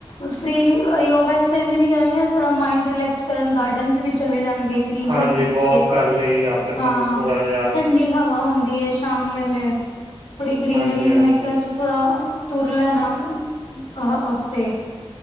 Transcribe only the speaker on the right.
ਹਾਂਜੀ
ਵੋਕ ਕਰ ਲਈ ਜਾਂ ਫਿਰ
ਮਤਲਬ ਥੋੜਾ ਜਿਹਾ
ਹਾਂਜੀ ਹਾਂਜੀ